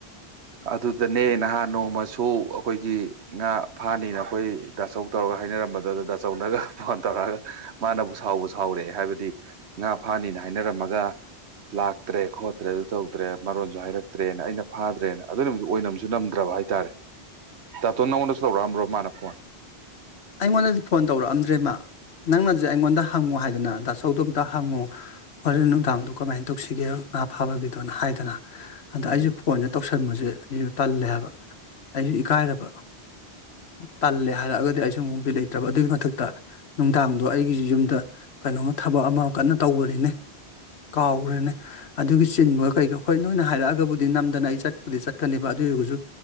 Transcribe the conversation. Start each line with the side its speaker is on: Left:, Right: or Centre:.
Right: ꯑꯗꯨꯗꯅꯦ ꯅꯍꯥꯟ ꯅꯣꯡꯃꯁꯨ ꯑꯩꯈꯣꯏꯒꯤ ꯉꯥ ꯐꯥꯅꯤꯅ ꯑꯩꯈꯣꯏ ꯗꯥꯆꯧ ꯇꯧꯔꯒ ꯍꯥꯏꯅꯔꯝꯕꯗꯨꯗ ꯗꯥꯆꯧꯅꯒ ꯐꯣꯟ ꯇꯧꯔꯛꯑꯒ ꯃꯥꯅꯕꯨ ꯁꯥꯎꯕ ꯁꯥꯎꯔꯛꯑꯦ ꯍꯥꯏꯕꯗꯤ ꯉꯥ ꯐꯥꯅꯤꯅ ꯍꯥꯏꯅꯔꯝꯃꯒ ꯂꯥꯛꯇ꯭ꯔꯦ ꯈꯣꯠꯇ꯭ꯔꯦ ꯑꯗꯨ ꯇꯧꯗ꯭ꯔꯦ ꯃꯔꯣꯟꯁꯨ ꯍꯥꯏꯔꯛꯇ꯭ꯔꯦꯅ ꯑꯩꯅ ꯐꯥꯗ꯭ꯔꯦꯅ ꯣꯏꯅ ꯑꯣꯏꯅꯝꯁꯨ ꯅꯝꯗ꯭ꯔꯕ ꯍꯥꯏꯇꯥꯔꯦ ꯇꯥꯇꯣꯟ ꯅꯪꯉꯣꯟꯗꯁꯨ ꯇꯧꯔꯛꯑꯝꯕ꯭ꯔꯣ ꯃꯥꯅ ꯐꯣꯟ
Left: ꯑꯩꯉꯣꯟꯗꯗꯤ ꯐꯣꯟ ꯇꯧꯔꯛꯑꯝꯗ꯭ꯔꯦ ꯃꯥ ꯅꯪꯅꯁꯨ ꯑꯩꯉꯣꯟꯗ ꯍꯪꯉꯨ ꯍꯥꯏꯗꯅ ꯑ ꯆꯧꯗꯣꯝꯇ ꯍꯪꯉꯨ ꯍꯣꯔꯦꯟ ꯅꯨꯡꯗꯥꯡꯗꯣ ꯀꯃꯥꯏꯅ ꯇꯧꯁꯤꯒꯦ ꯉꯥ ꯐꯥꯕꯒꯤꯗꯣꯅ ꯍꯥꯏꯗꯅ ꯑꯗ ꯑꯩꯁꯨꯦ
Right: ꯎꯝ
Left: ꯐꯣꯟꯁꯦ ꯇꯧꯁꯤꯦ ꯊꯟꯕꯁꯦ ꯑꯩꯁꯨ ꯇꯜꯂꯦ ꯍꯥꯏꯕ ꯑꯩꯁꯨ ꯏꯀꯥꯏꯔꯕ ꯇꯜꯂꯦ ꯍꯥꯏꯔꯛꯑꯒꯗꯤ ꯑꯩꯁꯨ ꯑꯃꯨꯛ ꯕꯤꯠ ꯂꯩꯇ꯭ꯔꯕ ꯑꯗꯨꯒꯤ ꯃꯊꯛꯇ ꯅꯨꯡꯗꯥꯡꯗꯣ ꯑꯩꯒꯤꯁꯤ ꯌꯨꯝꯗ ꯀꯩꯅꯣꯝꯃ ꯊꯕꯛ ꯑꯃ ꯀꯟꯅ ꯇꯧꯕꯅꯤꯅꯦ ꯀꯥꯎꯈ꯭ꯔꯦꯅꯦ ꯑꯗꯨꯒꯤ ꯆꯤꯟꯕꯒ ꯀꯩꯒ ꯍꯣꯏ ꯅꯣꯏꯅ ꯍꯥꯏꯔꯛꯑꯒꯕꯨꯗꯤ ꯅꯝꯗꯅ ꯑꯩ ꯆꯠꯄꯗꯤ ꯆꯠꯀꯅꯦꯕ ꯑꯗꯨ ꯑꯣꯏꯔꯒꯁꯨ